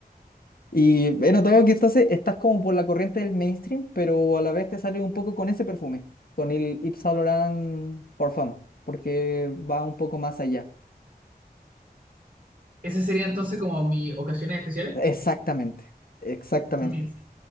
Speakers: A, on the left (about 65°); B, on the right (about 60°).
A: Y he notado que estás, eh, estás como por la corriente del mainstream, pero a la vez te sale un poco con ese perfume, con el Yves Saint Laurent Parfum, porque va un poco más allá.
B: Ese sería entonces como mis ocasiones especiales.
A: Exactamente, exactamente.
B: Mis